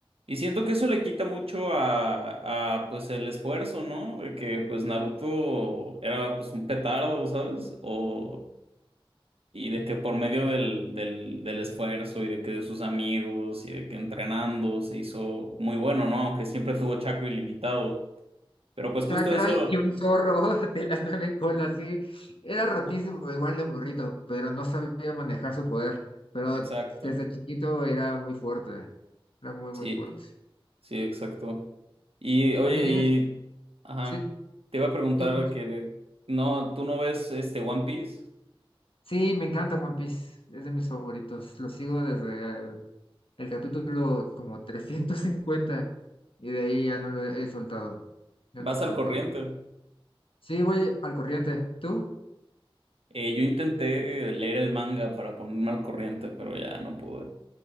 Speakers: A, on the right; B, on the left.
A: Y siento que eso le quita mucho a, a pues el esfuerzo, ¿no? De que pues Naruto era pues un petardo, ¿sabes? O Y de que por medio del, del, del esfuerzo y de que de sus amigos y de que entrenando se hizo muy bueno, ¿no? Aunque siempre tuvo chakra ilimitado. Pero pues justo
B: Chakra
A: eso.
B: y un zorro <laughs> de las nueve colas, sí. Era rotísimo,
A: ah,
B: igual de burrito, pero no sabía manejar su poder. Pero
A: Exacto.
B: desde chiquito era muy fuerte, era muy,
A: Sí,
B: muy fuerte.
A: sí, exacto. Y oye,
B: A mí,
A: y. Ajá.
B: sí,
A: Te iba a preguntar
B: el-
A: que. de- No, tú no ves este One Piece.
B: sí, me encanta One Piece, es de mis favoritos. Lo sigo desde eh, el, capítulo como <laughs> 350 y de ahí ya no lo he soltado. Ya
A: Vas
B: no lo he soltado.
A: al corriente.
B: Sí, voy al corriente. ¿Tú?
A: Eh, yo intenté leer el manga para ponerme al corriente, pero ya no pude.